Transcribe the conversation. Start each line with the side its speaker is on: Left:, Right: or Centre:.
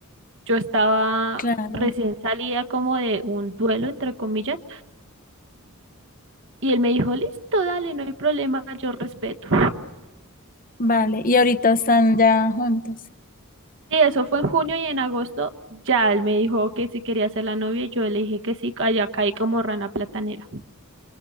Right: yo estaba
Left: Claro.
Right: recién salida como de un duelo, entre comillas. Y él me dijo, listo, dale, no hay problema, yo respeto.
Left: Vale, y ahorita están ya juntos.
Right: Sí, eso fue en junio y en agosto ya él me dijo que si quería ser la novia y yo le dije que sí, allá caí como rana platanera.